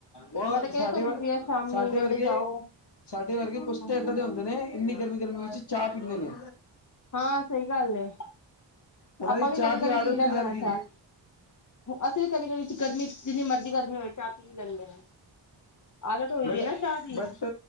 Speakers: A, on the left; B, on the left.
A: ਉਹ
B: ਮੈਂ ਤਾਂ ਕਹਿ
A: ਸਾਡੇ
B: ਧੁੱਪ
A: ਵਰ
B: ਚ ਪੀਆ ਸ਼ਾਮੀ
A: ਸਾਡੇ
B: ਵੇਲੇ
A: ਵਰਗੇ-
B: ਜਾਓ
A: ਸਾਡੇ ਵਰਗੇ ਕੁਸ਼ਤੇ
B: ਹਾਂਜੀ
A: ਏਦਾਂ
B: ਹਾਂਜੀ
A: ਦੇ ਹੁੰਦੇ ਨੇ। ਇੰਨੀ ਗਰਮੀ- ਗਰਮੀ ਵਿੱਚ ਚਾਹ ਪੀ ਲੈਂਦੇ।
B: ਹਾਂ ਸਹੀ ਗੱਲ ਏ
A: ਉਹਨਾਂ
B: ਆਪਾਂ
A: ਦੀ ਚਾਹ
B: ਵੀ ਕਦੀ
A: ਦੀ
B: ਕਦੀ
A: ਆਦਤ
B: ਪੀ ਲੈਂਦੇ
A: ਨਹੀਂ ਜਾਂਦੀ।
B: ਹਾਂ ਚਾਹ ਅਸੀਂ ਵੀ ਕਦੀ-ਕਦੀ ਗਰਮੀ ਚ, ਜਿੰਨੀ ਮਰਜ਼ੀ ਗਰਮੀ ਹੋਵੇ, ਚਾਹ ਪੀ ਲੈਂਦੇ ਹਾਂ। ਆਦਤ ਹੋਈ
A: ਬਟ,
B: ਦੀ ਹੈ ਨਾ ਚਾਹ ਦੀ
A: ਬਟ